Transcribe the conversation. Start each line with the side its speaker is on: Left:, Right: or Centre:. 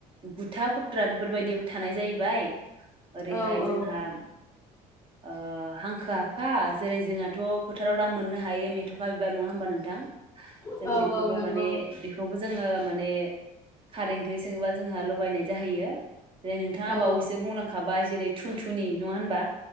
Right: बुथुवा खुथ्रा बेफोरबायदिबो थानाय जाहैबाय, ओरैहाय
Left: औ
Right: जोंहा
Left: औ
Right: ओ हांखो आफा जेरै जोंहाथ' फोथाराव दा मोननो हायो मेथ' मेथ'खा बिबार नङा होमबा नोंथां, जों
Left: औ
Right: बेखौबो
Left: औ नंगौ
Right: माने बेखौबो जोङो माने खारै ओंख्रि सङोबा जोंहा लगायनाय जाहैयो जेरै नोंथाङा
Left: औ
Right: बावैसो बुंलांखाबाय जेरै थुनथुनि नङा होनबा?